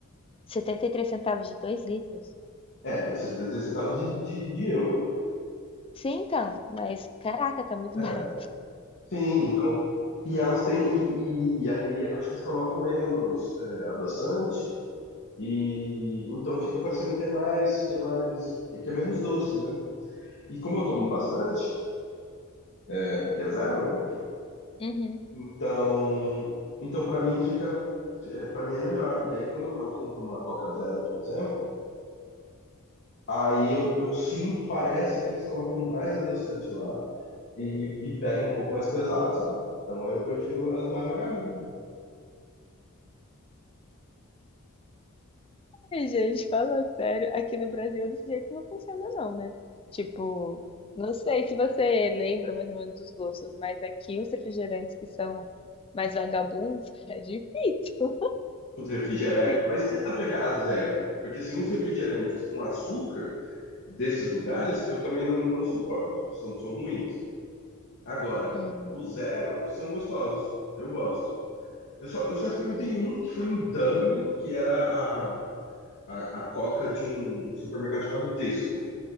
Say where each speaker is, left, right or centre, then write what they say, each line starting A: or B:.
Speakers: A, on the left; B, on the left.
A: 73 centavos de 2 litros?
B: É, mas 73 centavos de, de, de euro, né?
A: Sim, então, mas caraca, tá muito
B: É,
A: <laughs> barato.
B: sim, então. E elas têm. E, e, e acho que eles colocam menos é, adoçante. E então fica parecendo que é mais, que é mais, que que é menos doce, né? E como eu tomo
A: Hum.
B: bastante, é, porque é zero, né?
A: Uhum.
B: Então, então para mim fica, é, para mim é melhor. E aí quando eu, eu compro uma Coca Zero, por exemplo, Aí eu, eu sinto, parece que eles colocam mais adoçante lá e, e pega um pouco mais pesado, sabe? Então aí eu prefiro as mais vagabundas, né?
A: Ai, gente, fala sério, aqui no Brasil desse jeito não funciona não, né? Tipo, não sei se você lembra mais ou menos dos gostos, mas aqui os refrigerantes que são mais vagabundos é difícil.
B: os refrigerecos.
A: <laughs>
B: Mas tenta pegar a zero, porque assim, os refrigerantes com açúcar desses lugares eu também não, não suporto, são, são ruins. Agora,
A: Hum.
B: os zero são gostosos, eu gosto. Eu só, eu só experimentei um que foi em Dublin, que era a, a, a coca de um supermercado chamado Tesco.